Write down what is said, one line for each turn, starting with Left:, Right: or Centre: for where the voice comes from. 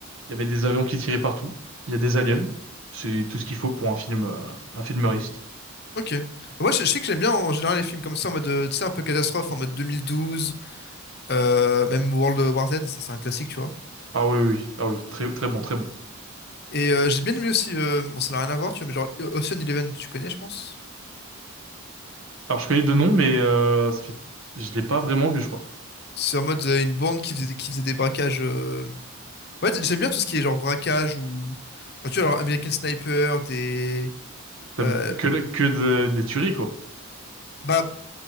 Right: Il y avait des avions qui tiraient partout. Il y a des aliens. C'est tout ce qu'il faut pour un film, euh, un film réussi.
Left: Ok. Moi, je, je sais que j'aime bien en général les films comme ça, en mode, euh, tu sais, un peu catastrophe, en mode 2012, euh, même World War Z, ça c'est un classique, tu vois.
Right: Ah oui, oui, oui. ah oui, très, très bon, très bon.
Left: Et euh, j'ai bien aimé aussi, euh, bon, ça n'a rien à voir, tu vois, mais genre Ocean Eleven, tu connais, je pense.
Right: Alors je connais deux noms, mais euh, ça fait, je l'ai pas vraiment vu, je crois.
Left: C'est en mode euh, une bande qui faisait, des- qui faisait des braquages. euh, Ouais, j'aime bien tout ce qui est genre braquage ou. genre, tu vois, alors, American Sniper, des.
Right: Ça
Left: euh,
Right: me- Que, que de- des tueries, quoi.
Left: Bah,